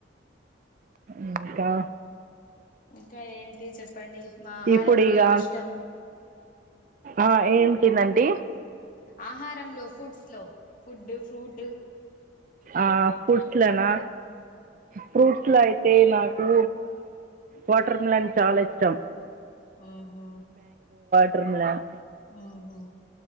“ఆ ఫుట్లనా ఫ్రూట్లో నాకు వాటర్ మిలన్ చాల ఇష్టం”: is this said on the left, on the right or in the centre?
Right